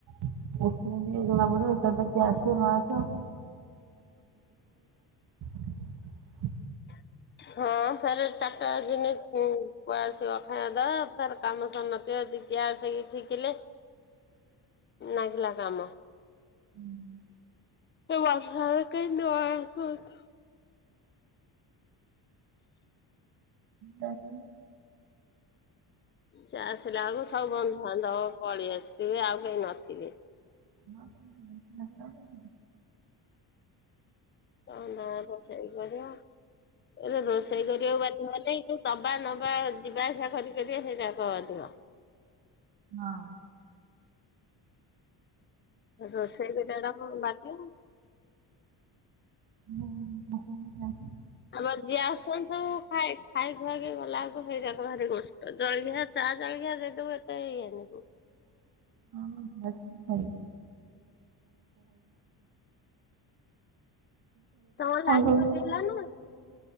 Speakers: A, on the right; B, on the left.
A: ଉଠୁଚନ୍ତି ଜଣା ପଡିବ, ଏକାଥରେ କିଏ ଆସିବ ନ ଆସିବ? <unintelligible>
B: <inaudible> ହଁ। ଫେରେ ଚାରଟା ବାଜିନି ପୁଅ ଆସିବ ଖାଇଆକୁ ଦବ, ଫେର କାମ ସରିନଥିବ ଖାଲି ଗ୍ୟାସ ଇଠି ଥିଲେ
A: ହଁ <inaudible>
B: ନାଗିଲା କାମ।
A: ହୁଁ <inaudible>
B: ଏ ବର୍ଷାରେ କେଣ୍ଟି ପଏଇବ ସ୍କୁଲକୁ। <inaudible>
A: ତା ସାଙ୍ଗରେ
B: ସିଏ ଆସିଲାକୁ ସବୁ ବନ୍ଧବାନ୍ଧବ ପଳେଇ ଆସିଥିବେ, ଆଉ କେହି ନଥିବେ।
A: <unintelligible>
B: ତମ ନା ରୋଷେଇ କରିବ। ଏବେ ରୋଷେଇ କରିବାକୁ ବାଧ୍ୟ ହେଲି। ଯୋଉ ଦ ବା ନବା ଯିବା ଆସିବା କରି କରି ସେଇରାକ ଅଧିକ।
A: ହଁ।
B: ରୋଷେଇ ବି ସିଆଡେ ବାକି
A: <inaudible>
B: ଆମର ଯିଏ ଆସନ୍ତୁ ଖାଏ ଖାଏ ଜ୍ୱାଇଁ ହେକା ଗଲା ଆକୁ ହେଇଯାକ ଭାରି କଷ୍ଟ, ଜଳଖିଆ ଚା ଜଳଖିଆ ଦେଇଦବୁ ଏତେ ଇଏ ନବୁ
A: <unintelligible> <unintelligible> ଆମର
B: ତମ ଲାଇନ
A: ସବୁ।
B: କଟିଗଲା ନା?